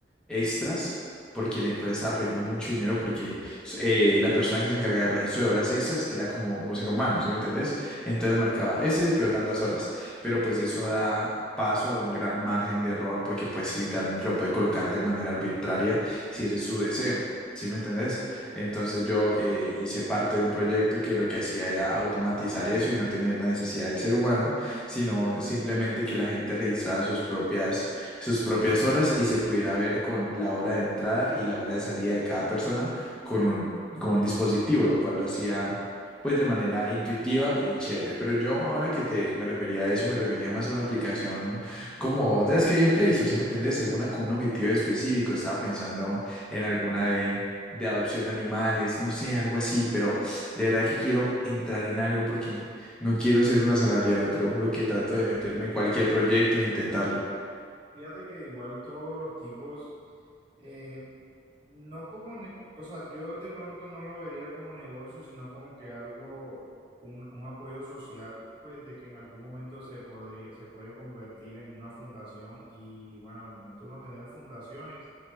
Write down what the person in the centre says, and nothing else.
extras, porque la empresa estaba perdiendo mucho dinero porque eh, la persona que se encargaba del registro de horas extras era como un ser humano, ¿sí me entendés? Entonces marcaba, ese se quedó tantas horas, pero pues eso da... paso a un gran margen de error porque pues literalmente lo puede colocar de manera arbitraria si ese es su deseo, ¿sí me entendés?
Entonces yo eh, hice parte de un proyecto que lo que hacía era automatizar eso y no tener la necesidad del ser humano, sino simplemente que la gente registrara sus propias, sus propias horas y se pudiera ver con la hora de entrada y la hora de salida de cada persona con un, con un dispositivo, lo cual lo hacía pues de manera intuitiva y chévere. Pero yo ahora que te me refería a eso, me refería más a una aplicación como de las que hay en Play Store, ¿sí me entendés? Alguna con un
objetivo específico, estaba pensando en alguna de de adopción de animales, no sé, algo así, pero de verdad que quiero entrar en algo porque no quiero ser un asalariado, te lo juro que trato
de meterme
en cualquier proyecto e intentarlo.